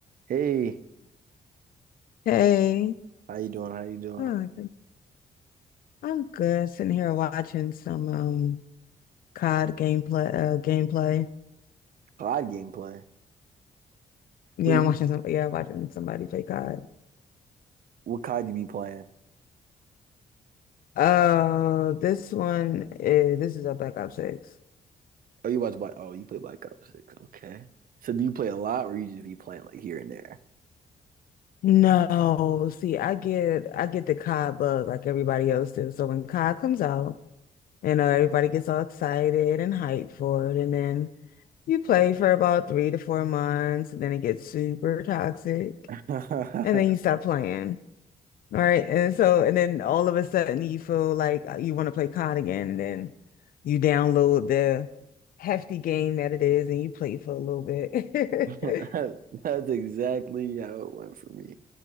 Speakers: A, on the right; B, on the left.
A: Hey,
B: Hey,
A: how you doing? How you doing?
B: oh, I'm good sitting here watching some um COD gameplay uh gameplay.
A: COD gameplay.
B: Yeah,
A: But you,
B: I'm watching some yeah, watching somebody play COD.
A: what COD do you be playing?
B: Uh, this one is this is a Black Ops 6.
A: Oh, you watch Black. Oh, you play Black Ops 6. Okay. So do you play a lot, or you just be playing like here and there?
B: No, see, I get I get the COD bug like everybody else does. So when COD comes out, you know, everybody gets all excited and hyped for it, and then you play for about three to four months, and then it gets super toxic,
A: <laughs>
B: and then you stop playing. All right. And so, and then all of a sudden you feel like uh, you want to play COD again. And then you download the hefty game that it is and you play for a little bit.
A: That-
B: <laughs>
A: That's exactly how it went for me,